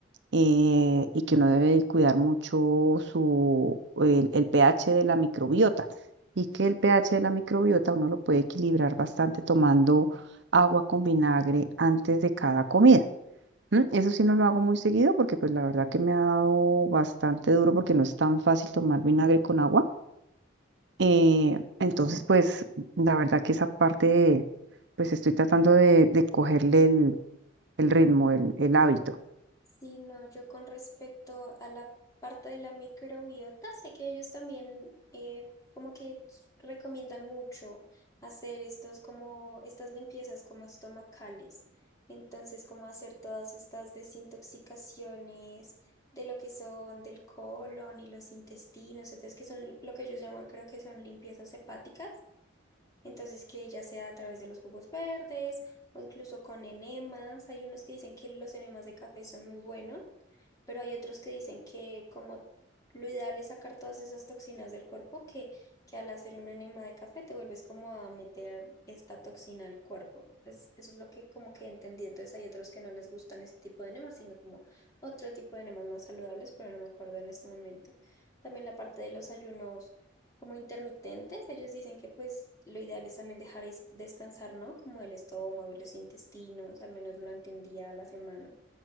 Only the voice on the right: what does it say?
eh, y que uno debe cuidar mucho su, el, el pH de la microbiota y que el pH de la microbiota uno lo puede equilibrar bastante tomando agua con vinagre antes de cada comida. ¿m? Eso sí no lo hago muy seguido porque pues la verdad que me ha dado bastante duro porque no es tan fácil tomar vinagre con agua. Eh, entonces pues la verdad que esa parte pues estoy tratando de, de cogerle el, el ritmo, el el hábito.